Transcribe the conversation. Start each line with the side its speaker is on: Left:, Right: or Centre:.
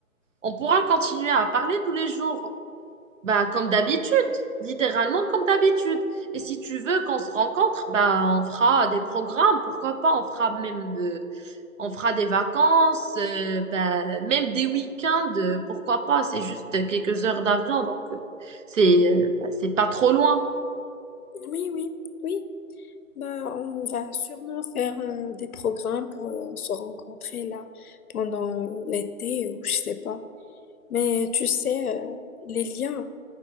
Right: On pourra continuer à parler tous les jours. Bah, comme d'habitude, littéralement comme d'habitude. Et si tu veux qu'on se rencontre, bah, on fera des programmes, pourquoi pas, on fera même, euh, on fera des vacances, euh, bah, même des week-ends, euh, pourquoi pas, c'est juste quelques heures d'avion, donc euh, c'est euh, bah, c'est pas trop loin.
Left: Oui, oui, oui. Bah, on va sûrement faire euh, des programmes pour euh, se rencontrer là pendant l'été ou je sais pas. Mais tu sais, euh, les liens,